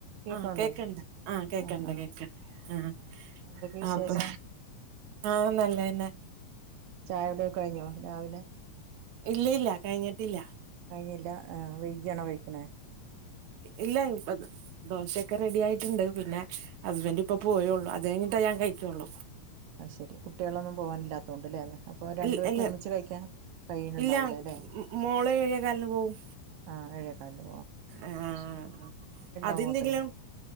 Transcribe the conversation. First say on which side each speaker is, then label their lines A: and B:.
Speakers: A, on the right; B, on the right.
A: കേക്കുന്നുണ്ടോ
B: ആഹ് കേക്ക്ൺണ്ട് ആഹ് കേക്ക്ൺണ്ട്
A: ആ ആ
B: കേക്ക്ണ്ട് ആഹ്
A: ആ എന്തൊക്കെ വിശേഷം
B: ഇപ്പൊ ആഹ് നല്ലയെന്നെ
A: ചായുടിക്ക കഴ്ഞ്ഞൊ രാവിലെ
B: ഇല്ല ഇല്ല കഴ്ഞ്ഞിട്ടില്ല
A: കഴ്ഞ്ഞില്ല ഏഹ് വൈകിയാണൊ കയ്ക്ക്ണെ
B: ഇല്ല ഇപ്പ ദോശൊക്ക റെഡിയായിട്ട്ണ്ട് പിന്ന
A: ആ
B: ഹസ്ബന്റ് ഇപ്പ പോയെ ഉള്ളു അതഴ്ഞ്ഞിട്ട ഞാൻ കഴിക്കൊള്ളു
A: ആഹ് ശരി കുട്ടീളൊന്നും പോവാനില്ലാത്തോണ്ട്ലെ അപ്പൊ രണ്ടു
B: ഇ
A: പേർക്ക്
B: ഇല്ല
A: ഒരുമിച്ച് കഴിക്കാൻ കഴിയുന്നുണ്ടാവൂല
B: ഇല്ല
A: അല്ലെ
B: മോള് ഏഴേകാൽന് പോവും
A: ആഹ് ഏഴേകാൽന്
B: ആഹ് അതെന്ത്കിലും
A: അങ്ങോട്ട്